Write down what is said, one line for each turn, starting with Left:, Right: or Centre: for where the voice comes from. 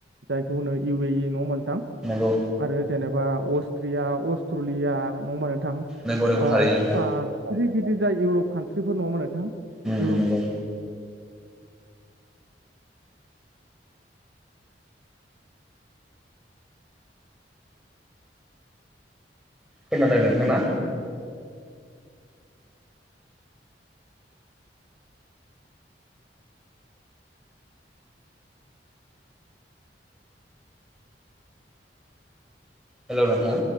Right: जायखौ होनो इउ इ इ नङा होनबा नोंथां।
Centre: नंगौ।
Right: आरो जेनेबा अस्ट्रिया अस्ट्रलिया नङा होमबा नोंथां
Centre: नंगौ नंगौ
Right: बा
Centre: थारैनो नोंथां
Right: गिदिर गिदिर जा इउरप कान्ट्रिफोर नङा होमबा नोंथां।
Centre: उम
Right: इउरप
Centre: नंगौ खोनादों नोंथां ना। हेल' नोंथां